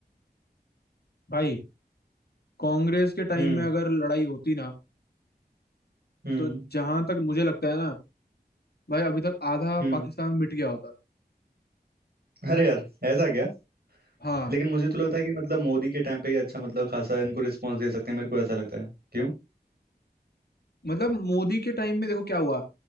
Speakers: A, on the left; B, on the right.
A: भाई कांग्रेस के टाइम
B: हम्म
A: में अगर लड़ाई होती ना
B: हम्म
A: तो जहां तक मुझे लगता है ना भाई अभी तक आधा
B: हम्म
A: पाकिस्तान मिट गया होता
B: अरे यार ऐसा क्या
A: हाँ
B: लेकिन मुझे तो लगता है कि मतलब मोदी के टाइम पे ही अच्छा मतलब खासा इनको रिस्पॉन्स दे सकते हैं मेरे को ऐसा लगता है क्यों
A: मतलब मोदी के टाइम में देखो क्या हुआ